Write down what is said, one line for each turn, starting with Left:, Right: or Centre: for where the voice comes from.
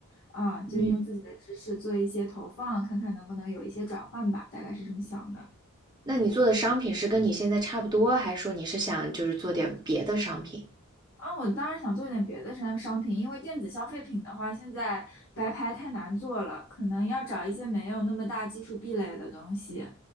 Left: 啊，就用自己的知识做一些投放，
Right: 嗯，
Left: 看看能不能有一些转换吧，大概是这么想的。
Right: 那你做的商品是跟你现在差不多，还是说你是想就是做点别的商品？
Left: 啊，我当然想做点别的商商品，因为电子消费品的话，现在白牌太难做了，可能要找一些没有那么大技术壁垒的东西，